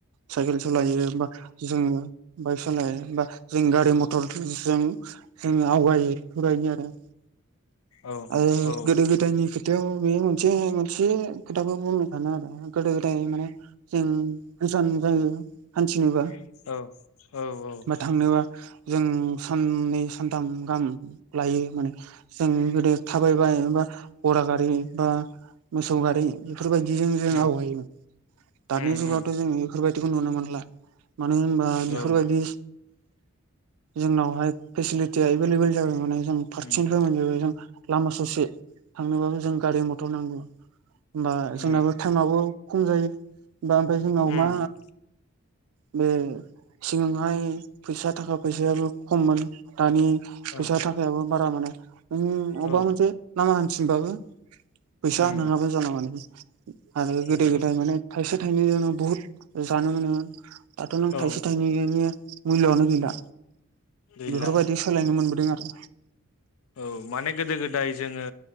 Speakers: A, on the right (about 80°); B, on the left (about 70°).
A: साइकेल सलायो बा जोङो बाइक सालाया ओमबा? जों गारि मथर जों जों आवगायो फरायो आरो
B: औ
A: आरो
B: औ
A: गोदो गोदायनि खोथायाव बे न जे मोनसे खोथाखौ बुंनो सानो आरो गोदो गोदाय माने जों गोजान जायो हान्थिनोबा
B: औ औ औ
A: बा थांनोबा जों साननै सानथाम गाहाम लायो माने जों गोदो थाबायबायो गरा गारि बा मोसौ गारि बेफोरबायदिजों जों
B: उम
A: आवगायोमोन दानि
B: उम
A: जुगावथ'
B: उम
A: जों बेफोरबायदिखौ नुनो मोनला मानो होनबा बेफोरबायदि
B: औ
A: जोंनावहाय फेसिलिटिया एभेलेबल जाबाय माने जों फारसेनिफ्राय
B: उम
A: मोनजोबाय जों लामा ससे थांनोबाबो जों गारि मथर नांगौ होमबा
B: उम
A: जोंनाबो टाइमावबो खम जायो बा ओमफ्राय जोंनाव
B: उम
A: मा बे सिगांहाय फैसा थाखा फैसायाबो खममोन दानि फैसा
B: ओ
A: थाखायाबो बारा माने नों अबा
B: औ
A: मोनसे लामा हान्थिनो बाबो फैसा
B: उम
A: नङाबो जाना माने आरो
B: उम
A: गोदो गोदाय माने थाइसे थाइ थानैजोंनो बुहुत जानो मोनोमोन दाथ' नों
B: औ
A: थाइसे थाइनै मुल्यआनो गैला
B: गैला
A: बेफोरबायदि सोलायनो मोनबोदों आरो
B: औ माने गोदो गोदाय जोङो